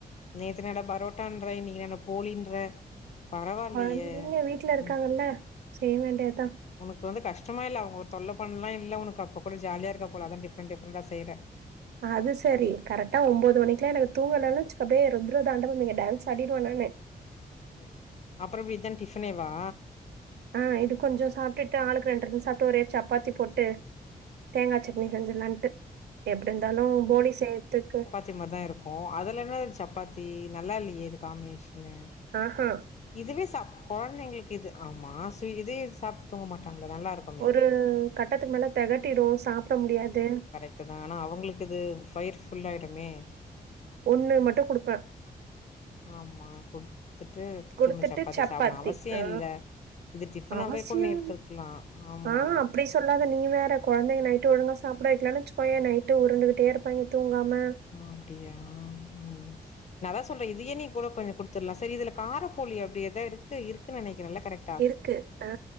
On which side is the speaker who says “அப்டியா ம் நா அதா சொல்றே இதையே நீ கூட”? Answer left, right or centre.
Left